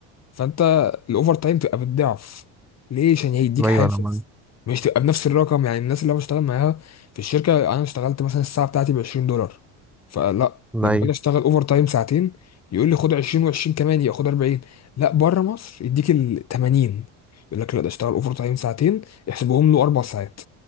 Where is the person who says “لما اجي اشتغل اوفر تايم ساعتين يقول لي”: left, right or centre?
Left